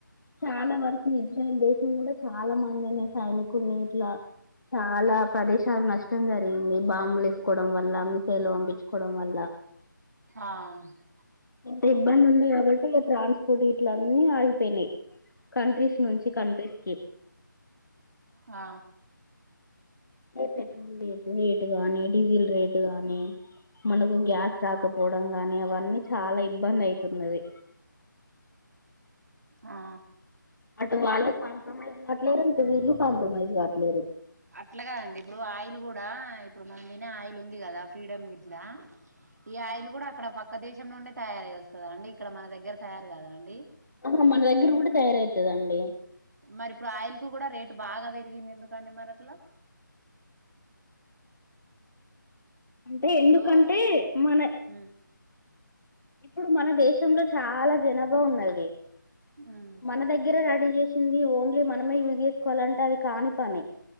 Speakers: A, on the left; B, on the right.
A: చాలా వరకు <unintelligible> కూడా చాలా మందిని సైనికుల్ని ఇట్లా చాలా ప్రదేశాలు నష్టం జరిగింది బాంబులు ఏసుకోవడం వల్ల మిసైల్ పంపించుకోవడం వల్ల
B: ఆ
A: ఇంత ఇబ్బంది ఉంది కాబట్ ట్రాన్స్పోర్ట్ గిట్ల అన్నీ ఆగిపోయినయి కంట్రీస్ నుంచి కంట్రీస్ కి
B: ఆ
A: పెట్రోల్ రేట్ గానీ డీజిల్ రేట్ గానీ మనకు గ్యాస్ రాకపోవడం గానీ అవన్నీ చాలా ఇబ్బంది అయితున్నది
B: ఆ
A: అటు వాళ్ళు కాంప్రమైజ్ అవట్లేరు ఇటు వీళ్ళు కాంప్ కాంప్రమైజ్ కాట్లేరు
B: అట్లా కాదండి. ఇప్పుడు ఆయిల్ కూడా ఇప్పుడు మనం తినే ఆయిల్ ఉంది కదా ఫ్రీడమ్ గిట్లా ఈ ఆయిలు కూడా అక్కడ పక్ పక్క దేశం నుండే తయారయి వస్తదా అండి. ఇక్కడ మన దగ్గర తయారు కదా అండి.
A: అవును మన దగ్గర కూడ తయారాయితదండి.
B: మరి ఇప్పుడు ఆయిల్ కు కూడా రేటు బాగా పెరిగింది. ఎందుకండి మరి అట్లా
A: అంటే
B: ఇప్పుడు
A: ఎందుకంటే మన
B: ఉమ్
A: ఇప్పుడు మన దేశంలో చాలా జనాభా ఉన్నది.
B: ఉమ్
A: మన దగ్గర రెడీ చేస్ వచ్చింది ఓన్లీ మనమే యూజ్ చేసుకోవాలంటే అది కాని పని